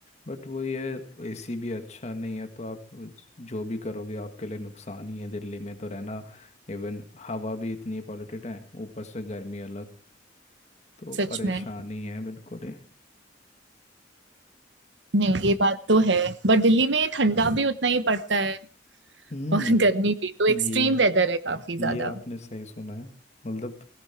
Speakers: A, on the left; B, on the right.
A: बट वही है एसी भी अच्छा नहीं है तो आप जो भी करोगे आपके लिए नुकसान ही है दिल्ली में तो रहना इवन हवा भी इतनी पॉल्यूटेड है ऊपर से गर्मी अलग तो
B: सच
A: परेशानी
B: में
A: है बिल्कुल ही
B: नहीं ये बात तो है बट दिल्ली में ठंडा भी उतना ही पड़ता है
A: हम्म
B: और <laughs> गर्मी भी तो एक्सट्रीम
A: ये
B: वेदर है काफी ज्यादा
A: ये आपने सही सुना है मतलब